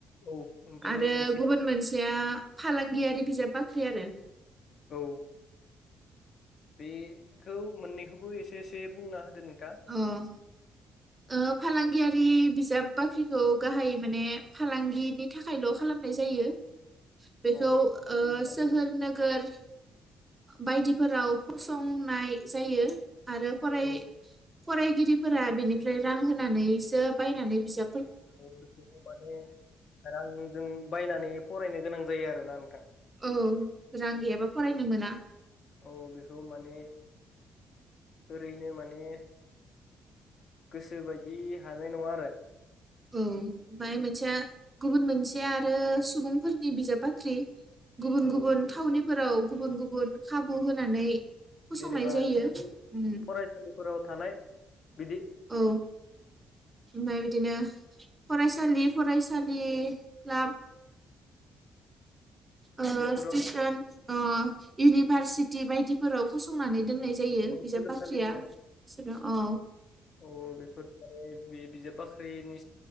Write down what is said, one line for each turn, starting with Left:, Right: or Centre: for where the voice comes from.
Left: औ ओमफ्राय
Right: आरो
Left: मोनसे
Right: गुबुन मोनसेया फालांगियारि बिजाब बाख्रि आरो।
Left: औ। बेखौ मोननैखौबो एसे एसे बुंना होदो नों।
Right: उम ओ फालांगियारि बिजाब बाख्रिखौ गाहाय माने फालांगिनि थाखायल' खालामनाय जायो। बेखौ
Left: औ बे
Right: ओ
Left: माने
Right: सोहोर नोगोर बायदिफोराव फसंनाय जायो। आरो फराय
Left: औ
Right: फरायगिरिफोरा बेनिफ्राय रां होनानैसो बायनानै बिजाब
Left: बेखौ माने रांजों बायनानै फरायनो गोनां जायो आरोना नोंथां
Right: औ रां गैयाबा फरायनो मोना।
Left: औ बिखौबो माने ओरैनो माने गोसो बायदि हानाय नङा आरो।
Right: औ ओमफ्राय मोनसेया गुबुन मोनसेया आरो सुबुंफोरनि बिजाब बाख्रि। गुबुन
Left: औ
Right: गुबुन थावनिफ फोराव गुबुन गुबुन खाबु होनानै फसंनाय
Left: जेनेबा
Right: जायो
Left: बिफोरनि
Right: उम
Left: फरायसालिफोराव थानाय बिदि
Right: औ ओमफ्राय बिदिनो फरायसालि फरायसालि क्लाब आ
Left: बेफोराव
Right: स्टेसन ओ इउनिभारसिटि बायदिफोराव फसंनानै दोननाय जायो
Left: मुलुगसोलोंसालिफोराव
Right: बिजाब बाख्रिया बिसोर अ
Left: अ बेफोर माने बे बिजाब बाख्रिनि